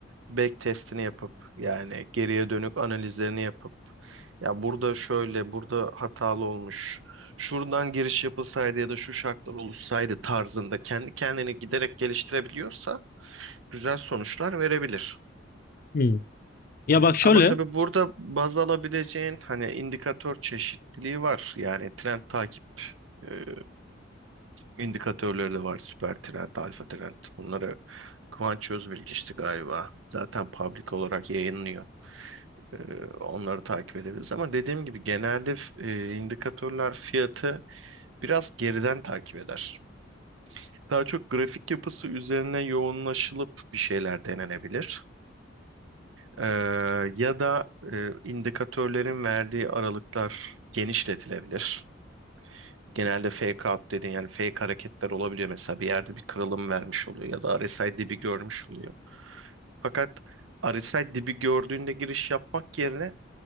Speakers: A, on the right; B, on the left.
A: back testini yapıp yani geriye dönük analizlerini yapıp ya burada şöyle, burada hatalı olmuş. Şuradan giriş yapılsaydı ya da şu şartlar oluşsaydı tarzında kendi kendini giderek geliştirebiliyorsa güzel sonuçlar verebilir.
B: Hmm. Ya bak şöyle
A: Ama tabii burada baz alabileceğin hani indikatör çeşitliliği var. Yani trend takip e, indikatörleri de var. Süper trend, alfa trend. Bunları Kıvanç Özbilgiç'ti galiba. Zaten public olarak yayınlıyor. E, onları takip edebiliriz. Ama dediğim gibi genelde e, indikatörler fiyatı biraz geriden takip eder. Daha çok grafik yapısı üzerine yoğunlaşılıp bir şeyler denenebilir. Ee, ya da e, indikatörlerin verdiği aralıklar genişletilebilir. Genelde fake out dediğin yani fake hareketler olabiliyor mesela bir yerde bir kırılım vermiş oluyor ya da RSI dibi görmüş oluyor. Fakat RSI dibi gördüğünde giriş yapmak yerine